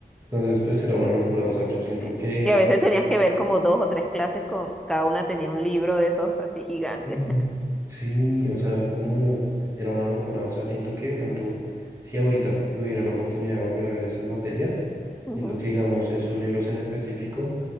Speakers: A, on the right; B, in the centre.
A: Entonces, pues era una locura, o sea, yo siento
B: Sí.
A: que,
B: Y a veces tenías que ver como dos o tres clases con cada una tenía un libro de esos así gigantes.
A: mm, sí, o sea, eran como, era una locura, o sea, siento que de pronto, si ahorita tuviera la oportunidad de volver a ver esas materias,
B: Ujú.
A: siento que, digamos, esos libros en específico,